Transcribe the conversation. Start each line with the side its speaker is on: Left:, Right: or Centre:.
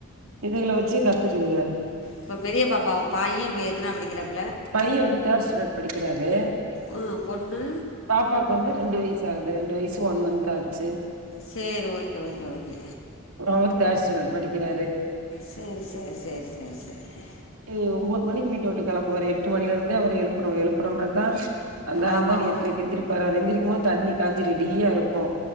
Right: இதுகல வச்சே கத்துக்குதுக
Left: இப்ப பெரிய பாப்பாவ பையே பே எத்னா படிக்றாப்
Right: பைய வந்து தேட் ஸ்டாண்டர்ட் படிக்கிறாரு
Left: ஆ, பொண்ணு
Right: பாப்பாக்கு வந்து ரெண்டு வய்சு ஆகுது ரெண்டு வய்சு ஒன் மந்த் ஆச்சு
Left: சேரி ஓகே ஓகே ஓகே
Right: அவுரு தேட் ஸ்டேன்டேட் படிக்கிறாரு
Left: சேரி சேரி சேரி சேரி சேரி
Right: அய்யோ ஒம்போது மணிக்கு வீட்டவுட்டு கெளம்புவாரு எட்டு மணிலருந்தே அவர எழுப்பனு எழுப்பனம்னாதா அந்த
Left: ஆமாம்
Right: இந்தானு
Left: ஆமாம்
Right: எட்டரைக்கு எந்திரிப்பாரு அவரு எந்திரிக்குபோது தண்ணி காஞ்சி ரெடியா இருக்கு